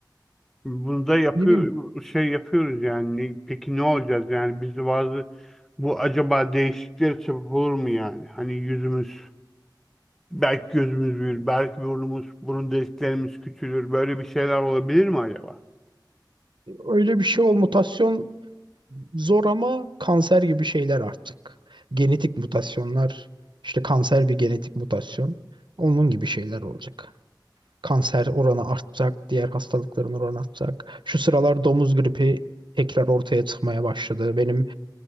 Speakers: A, in the centre; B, on the right.
A: Bunu da yapıyor,
B: Ne bileyim
A: şey yapıyoruz yani. Ne- Peki ne olacağız yani? Biz de bazı bu acaba değişikliklere sebep olur mu yani? Hani yüzümüz Belki gözümüz büyür, belki burnumuz, burun deliklerimiz küçülür. Böyle bir şeyler olabilir mi acaba?
B: öyle bir şey o mutasyon Zor ama kanser gibi şeyler artık. Genetik mutasyonlar, işte kanser bir genetik mutasyon. Onun gibi şeyler olacak. Kanser oranı artacak, diğer hastalıkların oranı artacak. Şu sıralar domuz gripi tekrar ortaya çıkmaya başladı. Benim